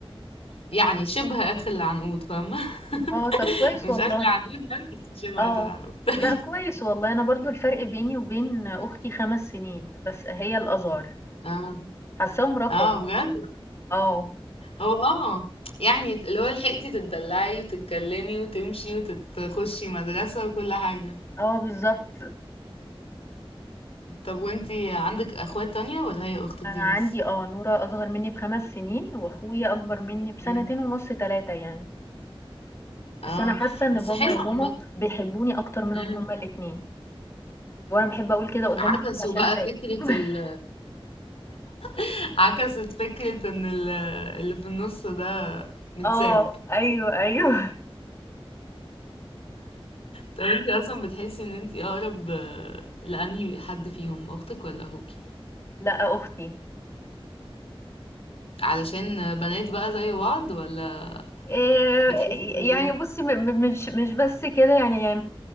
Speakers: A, on the left (about 80°); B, on the left (about 25°).
A: يعني شبه اخ العنقود فاهمة
B: اه طب
A: <laughs>
B: كويس
A: مش
B: والله
A: اخ العنقود بس شبه
B: اه
A: اخ العنقود <laughs> طيب
B: لا كويس والله انا برضو الفرق بيني وبين اختي خمس سنين بس هي الازهر
A: اه
B: حاساهم رقم
A: اه بجد
B: اه
A: هو اه يعني اللي هو لحقتي تتدلعي وتتكلمي وتمشي وتخشي مدرسة وكل حاجة
B: اه بالظبط
A: طب وانتي عندك اخوات تانية ولا هي اختك
B: انا
A: دي
B: عندي
A: بس؟
B: اه نورة اصغر مني بخمس سنين واخويا اكبر مني بسنتين
A: مم.
B: ونص تلاتة يعني
A: اه
B: بس انا حاسة ان
A: بس
B: بابا
A: حلو
B: وماما
A: عامة
B: بيحبوني اكتر منهم
A: مم.
B: هما الاتنين وأنا باحب أقول كده قدّام
A: عكسوا
B: إخواتي عشان
A: بقى
B: أضايقهم
A: فكرة ال
B: <laughs>
A: <laughs> عكست فكرة ان ال... اللي في النص ده متساب
B: آه، أيوه، أيوه
A: طب انتي اصلا بتحسي ان انتي اقرب آه، لانهي حد فيهم اختك ولا اخوكي؟
B: لأ، أختي
A: علشان بنات بقى زي بعض ولا
B: آآ،
A: بتحسي ايه؟
B: يعني بُصّي م م مش مش بس كده يعني